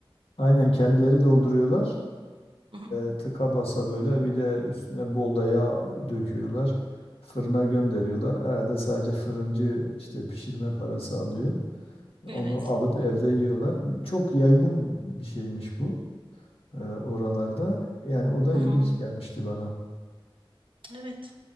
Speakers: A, on the left; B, on the right.
A: aynen kendileri dolduruyorlar.
B: <laughs>
A: E, tıka basa böyle bir de üstüne bol da yağ döküyorlar. Fırına gönderiyorlar. Herhalde sadece fırıncı işte pişirme parası alıyor.
B: Evet.
A: Onu alıp evde yiyorlar. Çok yaygın bir şeymiş bu e, oralarda. Yani o da
B: <laughs>
A: ilginç gelmişti bana.
B: Evet.